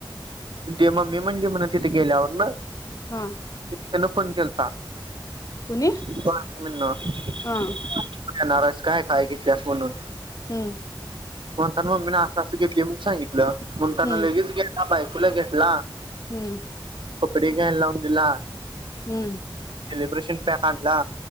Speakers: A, on the right (about 65°); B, on the left (about 40°).
A: तेे मम्मी म्हणली म्हण तिथे गेल्यावर ना.
B: हा
A: त्यान फोन केलता.
B: कुणी
A: <unintelligible>
B: हा
A: येणार हायस काय, काय घेतल्यास म्हणून.
B: हम्म
A: <unintelligible> तर मम्मी न अस असं घेतल म्हणून सांगितली. म्हणताना
B: हम्म
A: लगेच, ह बायकोला घेतला.
B: हम्म
A: कपडे घ्यायला लावून दिला.
B: हम्म
A: सेलिब्रेशन पॅक आणला.